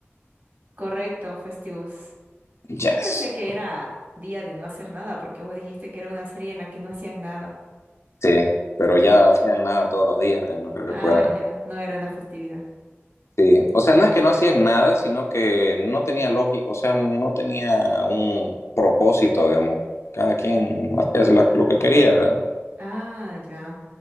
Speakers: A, on the right; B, on the left.
A: Correcto, Festivus.
B: Yes.
A: Yo pensé que era día de no hacer nada, porque vos dijiste que era una serie en la que no hacían nada.
B: Sí, pero ya hacían nada todos los días, eh, no creo
A: Ah,
B: que puedan.
A: ya, no era una festividad.
B: Sí. O sea, no es que no hacían nada, sino que no tenía lógica, o sea, no tenía un propósito, digamos. Cada quien
A: Ujú.
B: hacía la- lo que quería. ¿verdad?
A: Ah, ya,